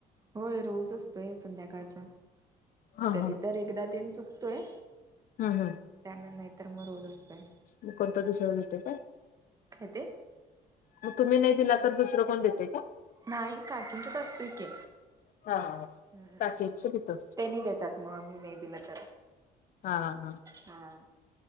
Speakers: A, on the right; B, on the left.
A: होय. रोज असतोय, संध्याकाळचा.
B: हा
A: कधी
B: हा
A: तर एकदा तेन चुकतोय.
B: हं, हं.
A: त्याना. नाहीतर, मग रोज असतय.
B: मग, कोणतर दूसर देतय काय?
A: खाते?
B: मग तुम्ही नाही दिला तर, दुसरं कोण देतेय का?
A: नाही, काकीच्यात असतय की.
B: हा
A: ह्.
B: पॅकेटच देतो.
A: तेनी देतात. मग आमी नाही दिला तर.
B: हा, हां.
A: हा.